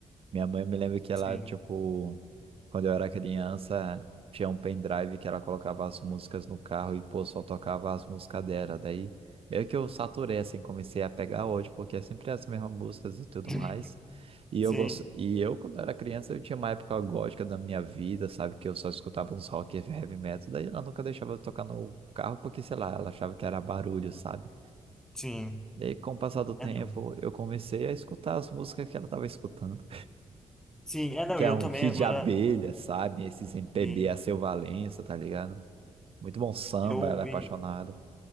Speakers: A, on the right (about 45°); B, in the centre.
A: Minha mãe me lembra que ela,
B: sim,
A: tipo, quando eu era criança, tinha um pendrive que ela colocava as músicas no carro e, pô, só tocava as músicas dela. Daí, meio que eu saturei, assim, comecei a pegar hoje, porque é sempre as mesmas músicas e tudo
B: <laughs>
A: mais. E
B: sim,
A: eu, gosto... e eu quando era criança, eu tinha uma época gótica da minha vida, sabe? Que eu só escutava uns rock e heavy metal. Daí ela nunca deixava eu tocar no carro, porque, sei lá, ela achava que era barulho, sabe?
B: sim.
A: Daí, com o passar do tempo,
B: É, não.
A: eu comecei a escutar as músicas que ela estava escutando
B: Sim, é, não,
A: que
B: e
A: é
B: eu
A: um
B: também
A: kit
B: agora.
A: de abelha, sabe? Esses MPB
B: Sim.
A: a seu Valença, tá ligado? Muito bom samba,
B: Eu ouvi,
A: ela é apaixonada.